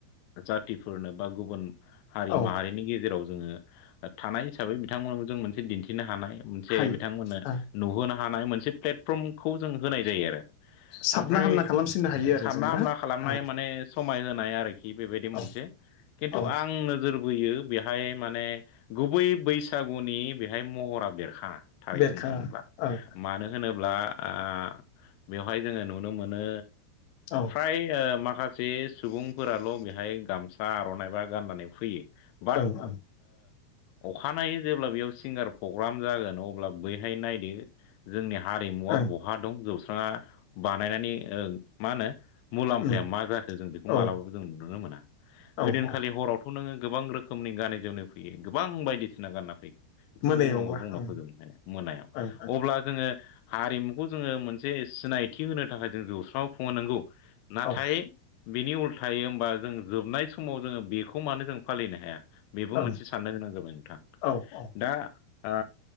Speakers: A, on the left; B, on the left.
A: जाथिफोरनो बा गुबुन हारि
B: औ
A: माहारिनि गेजेराव जोङो थानाय हिसाबै बिथांमोन जों मोनसे दिन्थिनो हानाय मोनसे
B: हायो
A: बिथांमोननो
B: ओं
A: नुहोनो हानाय मोनसे प्लेटफर्मखौ जों होनाय जायो आरो
B: साबना
A: ओमफ्राय
B: हामना खालामसिननो हायो
A: सानना
B: आरो जों
A: हामना
B: ना
A: खालामनाय
B: ओं
A: माने समाय होनाय आरोखि बेबायदि मोनसे
B: औ
A: खिन्थु
B: औ
A: आं नोजोर लुबैयो बेहाय माने गुबै बैसागुनि बेहाय महरा बेरखाङा थारै
B: बेरखाङा
A: बुंनो थाङोब्ला
B: ओं
A: मानो होनोब्ला आह आह बेवहाय जोङो नुनो मोनो
B: औ
A: फ्राय मा माखासे सुबुंफोराल' बेहाय गामसा आर'नाइ बा गाननानै फैयो बाट
B: ओं ओं
A: ओ अखानायै जेब्ला बेयाव सिंगार प्रग्राम जागोन अब्ला बैहाय नायदो जोंनि हारिमुवा
B: ओं
A: बहा दं जौस्राङा बानायनानै मा होनो मुलाम्फाया
B: उम
A: मा जाखो जों बेखौ
B: औ
A: मालाबाबो जों नुनो मोना
B: औ
A: ओइदिनखालि
B: औ
A: हराव खौ नोङो गोबां रोखोमनि गानै जोमनो फैयो गोबां बायदिसिना गानना फैयो खोथा
B: मोनायावबा
A: बुंनाबो बुंना
B: ओं
A: फोजोबनो हाया मोनायाव
B: ओं
A: अब्ला जोङो हारिमुखौ जोङो मोनसे सिनायथि होनो थाखाय जों जौस्रांआव खुंङो नंगौ नाथाय
B: ओं
A: बिनि उल् थायो होमबा जों जोबनाय समाव जोङो बेखौ मानो जों फालिनो हाया बेबो
B: औ
A: मोनसे साननो गोनां जाबाय नोंथां
B: ओं औ
A: दा ओ